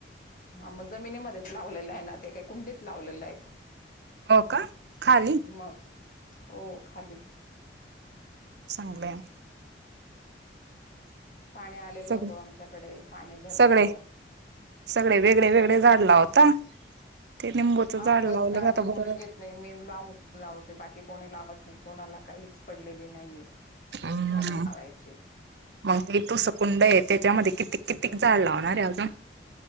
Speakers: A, on the left; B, on the right.
A: हा मग जमिनीमध्येच लावलेलं आहे ना ते काही कुंडीत लावलेलं आहे का
B: हो का खाली
A: मग हो खाली
B: चांगलय
A: पाणी आलेल
B: सगळे
A: होतं आमच्याकडे पाणी भरलं
B: सगळे सगळे वेगळे, वेगळे झाड लावता ते निंबूचं
A: हा
B: झाड
A: बस
B: लावलं
A: काळजी
B: आता
A: कोणी
B: बर जात
A: घेत नाही मी लाव लावते बाकी कोणी लावत नाही कोणाला काहीच पडलेली नाहीये
B: हम्म
A: झाडं लावायचे
B: मग ति तू सकुंड आहे त्याच्यामध्ये किततीक किततीक झाड लावणार आहे अजून